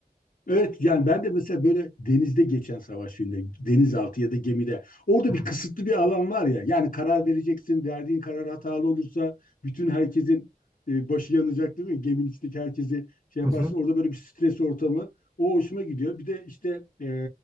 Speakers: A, on the left; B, on the right.
A: Evet yani ben de mesela böyle denizde geçen savaş filminde, denizaltı ya da gemide orada
B: Hmm.
A: bir kısıtlı bir alan var ya. Yani karar vereceksin, verdiğin karar hatalı olursa bütün herkesin e, başı yanacak değil mi? Geminin içindeki herkesi şey
B: Hı
A: yaparsın.
B: hı.
A: Orada böyle bir stres ortamı. O hoşuma gidiyor. Bir de işte e,